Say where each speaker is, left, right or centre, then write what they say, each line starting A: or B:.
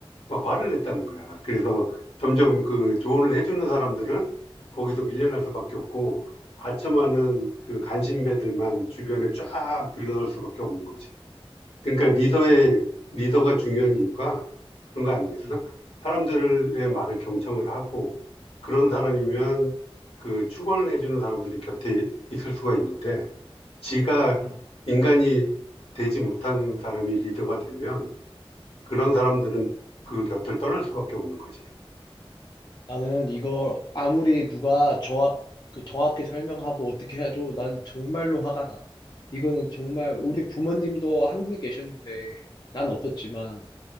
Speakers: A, on the left; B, on the left.
A: 막 화를 냈다는 거야. 그래서 점점 그 조언을 해주는 사람들은 거기서 밀려날 수밖에 없고 아첨하는 그 간신배들만 주변에 쫙 들러설 수밖에 없는 거지. 그러니까 리더의 리더가 중요한 이유가 그런 거 아니겠어?
B: 음,
A: 사람들의 말을 경청을 하고 그런 사람이면 그 축원을 해주는 사람들이 곁에 있을 수가 있는데 지가
B: 음.
A: 인간이 되지 못한 사람이 리더가 되면 그런 사람들은 그 곁을 떠날 수밖에 없는 거지.
B: 나는 이걸 아무리 누가 저, 그 정확히 설명하고 어떻게 해도 난 정말로 화가 나. 이거는 정말 우리 부모님도 한국에 계셨는데 난 없었지만